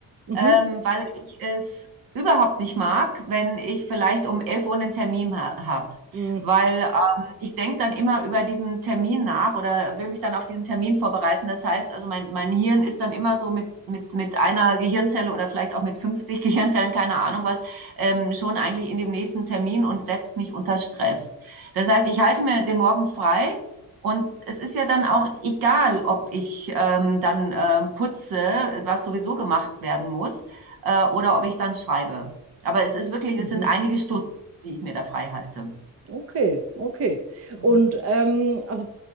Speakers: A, on the right; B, on the right.
A: Mhm.
B: ähm, weil ich es überhaupt nicht mag, wenn ich vielleicht um 11 Uhr einen Termin ha habe.
A: Mhm.
B: Weil ähm, ich denke dann immer über diesen Termin nach oder will mich dann auf diesen Termin vorbereiten. Das heißt, also mein, mein Hirn ist dann immer so mit, mit, mit einer Gehirnzelle oder vielleicht auch mit 50 <laughs> Gehirnzellen, keine Ahnung was, ähm, schon eigentlich in dem nächsten Termin und setzt mich unter Stress. Das heißt, ich halte mir den Morgen frei und es ist ja dann auch egal, ob ich ähm, dann ähm, putze, was sowieso gemacht werden muss, äh, oder ob ich dann schreibe. Aber es ist wirklich,
A: Mhm.
B: es sind einige Stunden, die ich mir da frei halte.
A: Okay, okay.
B: Mhm.
A: Und ähm, also